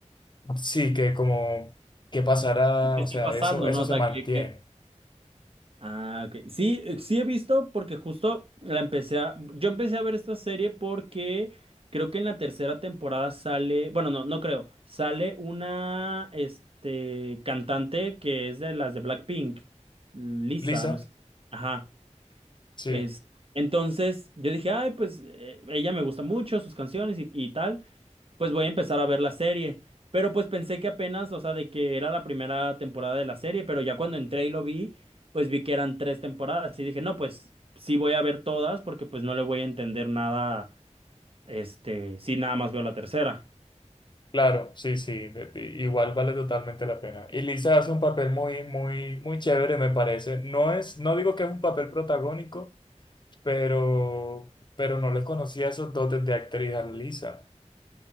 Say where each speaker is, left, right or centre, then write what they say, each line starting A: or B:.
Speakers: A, on the left; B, on the right.
A: sí, que como, qué pasará?
B: ¿Qué
A: O
B: está
A: sea,
B: pasando,
A: eso, eso
B: no? O
A: se
B: sea,
A: mantiene.
B: ¿qué, qué- Ah, ok. Sí, eh, sí he visto porque justo la empecé a... Yo empecé a ver esta serie porque creo que en la tercera temporada sale... Bueno, no, no creo. Sale una, este, cantante que es de las de Blackpink. Lisa,
A: Lisa.
B: no sé. Ajá.
A: Sí,
B: Es... Entonces yo dije, ay, pues eh, ella me gusta mucho, sus canciones y, y tal pues voy a empezar a ver la serie. Pero pues pensé que apenas, o sea, de que era la primera temporada de la serie, pero ya cuando entré y lo vi, pues vi que eran tres temporadas y dije, no, pues sí voy a ver todas porque pues no le voy a entender nada, este, si nada más veo la tercera.
A: claro, sí, sí, de- de- igual vale totalmente la pena. Y Lisa hace un papel muy, muy, muy chévere, me parece. No es, no digo que es un papel protagónico, pero, pero no le conocía esos dotes de actriz a Lisa.